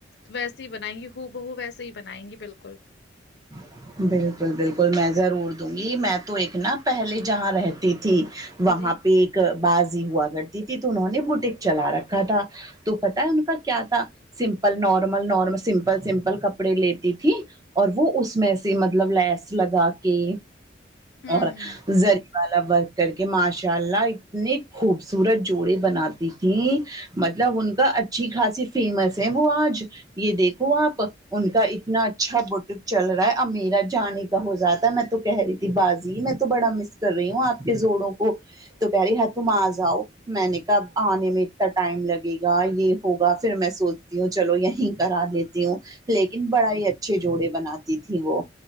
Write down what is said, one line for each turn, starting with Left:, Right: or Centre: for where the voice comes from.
Left: ویسے ہی بنائیں گی ہو بہو ویسے ہی بنائیں گی بالکل
Right: <unintelligible> بالکل بالکل میں ضرور دوں گی میں تو ایک نا پہلے جہاں رہتی تھی وہاں
Left: جی
Right: پہ ایک بازی ہوا کرتی تھی تو انہوں نے بوڈ بوٹک چلا رکھا تھا تو پتا ہے ان کا کیا تھا simple normal normal simple simple کپڑے لیتی تھی اور وہ اس میں سے مطلب لس لگا کے
Left: ہوں
Right: اور
Left: ہوں
Right: زری والا ورک کر کے ماشاء اللہ اتنی خوبصورت جوڑے بناتی تھی مطلب ان کا اچھی خاصی فیمس ہے وہ آج یہ دیکھو آپ ان کا اتنا اچھا بتک چل رہا ہے اب میرا جانے کا ہو جاتا ہے میں تو کہہ رہی تھی بازی میں تو بڑا مس کر رہی ہوں آپ کے زوڑوں کو تو کہہ رہی تم آ جاؤ میں نے کہ آنے میں ٹائم لگے گا یہ ہوگا پھر میں سوچتی ہوں چلو یہیں کرا لیتی ہوں لیکن بڑا ہی اچھے جوڑے بناتی تھی وہ